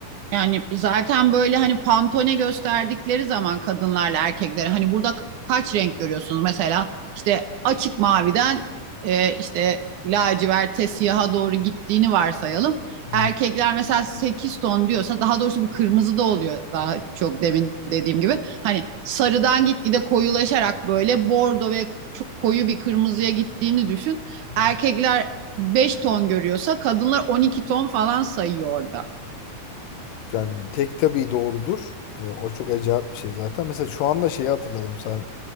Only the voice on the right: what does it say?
Yani zaten böyle hani pantone gösterdikleri zaman kadınlarla erkekleri hani burada kaç renk görüyorsunuz? Mesela işte açık maviden e, işte laciverte siyaha doğru gittiğini varsayalım.
Erkekler mesela 8 ton diyorsa daha doğrusu bu kırmızı da oluyor daha çok demin dediğim gibi. Hani sarıdan gitgide koyulaşarak böyle bordo ve çok koyu bir kırmızıya gittiğini düşün.
Erkekler 5 ton görüyorsa kadınlar 12 ton falan sayıyor orada.